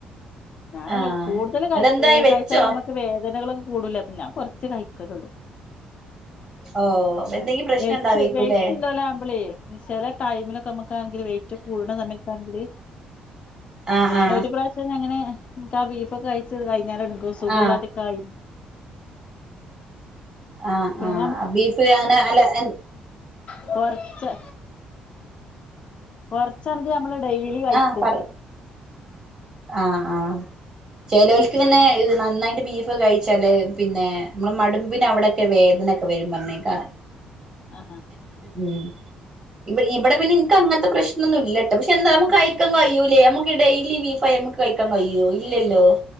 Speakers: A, on the left; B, on the right.
A: ഞാവല്ലോ
B: ആ
A: കൂടുതല്
B: എന്നിട്ട്
A: കയ്ച്
B: എന്തായി
A: കഴിച്ചാമ്ക്ക്
B: വെച്ചോ
A: വേദനകള് കൂടൂലെ അപ്പൊ ഞാൻ കുറ- ച് കഴിക്കലൊള്ളൂ
B: ഓ
A: ആ
B: എന്തെങ്കിലും പ്രശ്നം
A: വേയ്ച്
B: ഉണ്ടാവേക്കൂല്ലേ
A: വേറ്റില്ലലാമ്പളേ ചെല ടൈമിനൊക്കെമ്മക്ക് ക്കാങ്കെല് വേറ്റ് കൂടണ സമയത്താണെങ്കില്
B: ആ
A: ഞാനൊരു
B: ആ
A: പ്രാവശ്യം അങ്ങനെ- ബീഫ് കഴിച്ചത് കയി- ഞാന <unintelligible> സുഖല്ലാത്തേകായി
B: ആ ആഹ്
A: പിന്നെ
B: ആഹ് അ ബീഫ് അനെ അല്ല എൻ
A: പോആറ് <unintelligible> ച് കൊറച്ചാണങ്കി അമ്മള് ഡെയ്ലി കയ്ക്കും
B: ആ പറ ആഹ് ആഹ് ചെലോല് പിന്നെ ഈ നന്നായിട്ട് ബീഫ് കഴിച്ചാല് പിന്നെ മ്മളെ മടുമ്പിന് അവിടൊക്കെ വേദനൊക്ക വരും മ് പറഞ്ഞേക്കാ
A: ആഹാ
B: ഉം ഇവ് ഇവിടെ പിന്നെ ഇന്ക്കങ്ങത്തെ പ്രശ്നൊന്നുല്ല <unintelligible> ക്ഷെന്താ അമ്മക്കയിക്കാൻ കയ്യൂലെ അമ്മക്ക് ഡെയിലി ബീഫ് <unintelligible> അമ്മക്ക് കഴിക്കാൻ കയ്യോ ഇല്ലല്ലോ